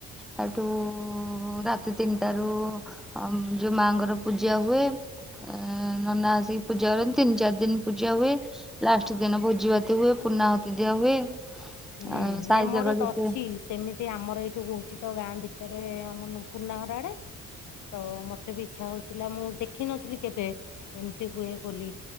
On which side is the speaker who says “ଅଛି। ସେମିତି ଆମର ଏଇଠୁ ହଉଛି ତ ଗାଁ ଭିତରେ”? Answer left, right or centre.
Left